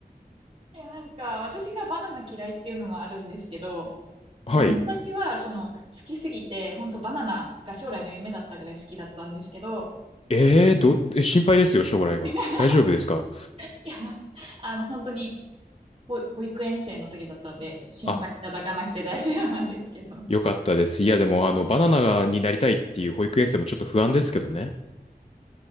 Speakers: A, on the right; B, on the left.
A: や、なんか、私がバナナ嫌いっていうのもあるんですけど、
B: はい。
A: 昔は、その、好きすぎて、本当バナナが将来の夢だったぐらい好きだったんですけど、
B: ええー、ど、え心配ですよ、将来が。
A: <laughs>
B: 大丈夫ですか
A: いや、あの、本当に、保保育園生の時だったので、心配いただかなくて大丈夫なんですけど。
B: あ、
A: <laughs>
B: よかったです。いや、でも、あの、バナナになりたいっていう保育園生もちょっと不安ですけどね。